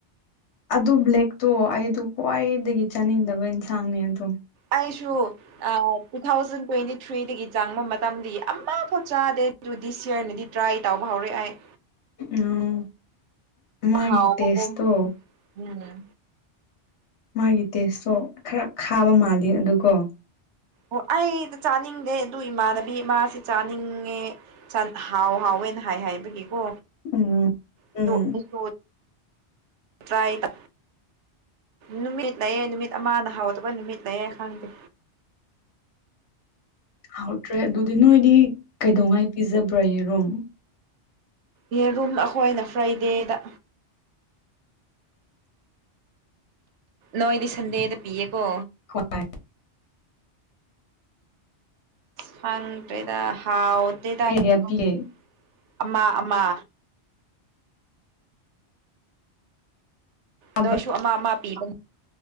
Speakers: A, on the left; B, on the right.
A: ꯑꯗꯨ ꯕ꯭ꯂꯦꯛꯇꯣ ꯑꯩꯗꯨ ꯈ꯭ꯋꯥꯏꯗꯒꯤ ꯆꯥꯅꯤꯡꯗꯕ ꯏꯟꯁꯥꯡꯅꯤ ꯑꯗꯨ
B: ꯑꯩꯁꯨ ꯑ ꯇꯨ ꯊꯥꯎꯖꯟ ꯇ꯭ꯋꯦꯟꯇꯤ ꯊ꯭ꯔꯤꯗꯒꯤ ꯆꯪꯕ ꯃꯇꯝꯗꯤ ꯑꯃ ꯄꯣꯠ ꯆꯥꯗꯦ ꯑꯗꯨꯗꯤ ꯗꯤꯁ ꯌꯔꯅꯗꯤ ꯇ꯭ꯔꯥꯏ ꯇꯨꯕ ꯍꯧꯔꯦ ꯑꯩ
A: ꯎꯝ ꯃꯥꯒꯤ
B: ꯍꯥꯎꯕꯀꯣ
A: ꯇꯦꯁꯇꯣ
B: ꯎꯝ
A: ꯃꯥꯒꯤ ꯇꯦꯁꯇꯣ ꯈꯔ ꯈꯥꯕ ꯃꯥꯜꯂꯤ ꯑꯗꯨꯀꯣ
B: ꯑꯣ ꯑꯩꯗꯤ ꯆꯥꯅꯤꯡꯗꯦ ꯑꯗꯨ ꯏꯃꯥꯟꯅꯕꯤ ꯑꯃꯁꯤ ꯆꯥꯅꯤꯡꯉꯦ ꯍꯥꯎ ꯍꯥꯎꯋ ꯑꯩꯅ ꯍꯥꯏ ꯍꯥꯏꯕꯒꯤꯀꯣ
A: ꯎꯝ
B: ꯑꯗꯨ
A: ꯎꯝ
B: ꯑꯩꯁꯨ ꯇ꯭ꯔꯥꯏ ꯇ ꯅꯨꯃꯤꯠ ꯂꯩꯌꯦ ꯅꯨꯃꯤꯠ ꯑꯃꯗ ꯍꯥꯎꯗꯕ ꯅꯨꯃꯤꯠ ꯂꯩꯌꯦ ꯈꯪꯗꯦ
A: ꯍꯥꯎꯇ꯭ꯔꯦ ꯑꯗꯨꯗꯤ ꯅꯣꯏꯗꯤ ꯀꯩꯗꯧꯉꯩ ꯄꯤꯖꯕ꯭ꯔꯥ ꯌꯦꯔꯨꯝ
B: ꯌꯦꯔꯨꯝ ꯑꯈꯣꯏꯅ ꯐ꯭ꯔꯥꯏꯗꯦꯗ ꯅꯣꯏꯗꯤ ꯁꯟꯗꯦꯗ ꯄꯤꯌꯦꯀꯣ
A: ꯍꯣꯏ
B: ꯈꯪ ꯇ꯭ꯔꯦꯗ ꯍꯥꯥꯎꯇꯦꯗ
A: ꯀꯌꯥ
B: <unintelligible>
A: ꯄꯤꯌꯦ
B: ꯑꯃꯥ ꯑꯃꯥ
A: ꯆꯥꯕ꯭ꯔꯥ
B: ꯅꯣꯏꯁꯨ ꯑꯃ ꯑꯃ ꯄꯤꯕ